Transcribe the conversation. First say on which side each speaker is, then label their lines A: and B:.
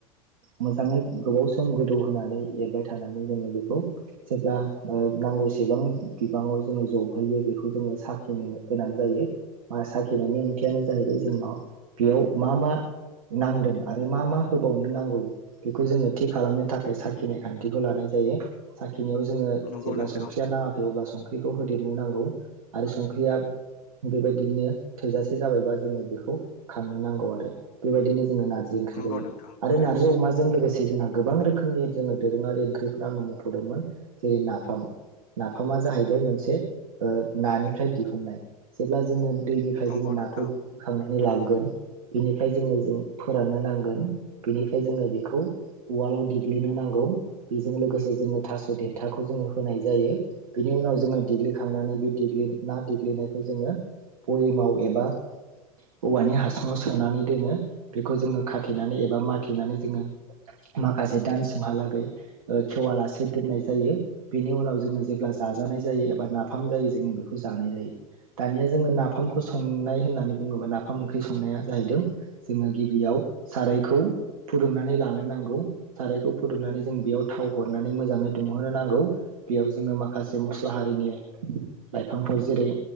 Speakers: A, on the right; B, on the left.
A: मोजाङै गोबाव सम गोदौ होनानै एरबाय थानानै जोङो बेखौ जेब्ला ओ नांगौसेबां बिबाङाव जो ङो जब होयो बेखौ जोङो साखिनो गोनां जायो। साखिनायनि ओंथियानो जाहैबाय जोंनाव बेयाव मा मा नांदों आरो मा मा होबावनो नांगौ बेखौ जोङो थि खालामनो थाखाय साखिनाय खान्थिखौ लानाय जायो। साख खिनायाव जोङो
B: नंगौ
A: जेब्ला
B: नोंथां
A: संख्रिया नाङाखै अब्ला संख्रि खौ होदेरनो नांगौ आरो संख्रिया बेबायदिनो थोजासे जाबायबा जोङो बेखौ खांनो नांगौ आरो। बेबायदिनो जोङो ना जि ओंख्रि
B: नंगौ
A: जायो।
B: नोंथां थारैनो
A: आरो नारजि अमाजों लोगोसे जोंहा गोबां रोखोमनि जोङो दोरोङारि ओंख्रिफोरा आङो मुंख'दोंमोन जेरै नाफाम नाफामा जाहैब बाय मोनसे ओ नानिफ्राय दिहुननाय। जेब्ला जोङो दैनिफ्राय
B: नंगौ
A: जोङो
B: नोंथां
A: नाखौ बोखांनानै लाबोगोन बेनिफ्राय जोङो जों फोराननो नांगोन बेनिफ्राय जोङो बेखौ उवालाव देग्लिनो नांगौ। बेजों लोगोसे जोंनो थास' देन्थाखौ जोङो होनाय जायो। बेनि उनाव जों जोङो देग्लिखांनानै बे देग्लि ना देग्लिनायखौ जोङो बयेमाव एबा औवानि हासुङाव सोनानै दोनो बेखौ जोङो खाथेनानै एबा माथेनानै जोङो माखासे दानसिमहालाै खेवालासे दोननाय जायो। बेनि उनाव जोङो जेब्ला जा जानाय जायो एबा नाफाम जायो जोङो बेखौ जानाय जायो। दानिया जोङो नाफामखौ संनाय होननानै बुङोबा नाफाम ओंख्रि संनाया जाहैदों जोङो गिबियाव सारायखौ फुदुंनानै लानो नांगौ, सारायखौ फुदुंनानै जों बेयाव थाव हरनानै मोजाङै दुंहोनो नांगौ, बेयाव जोङो माखासे मस्ला हारिनि लाइफांफोर जेरै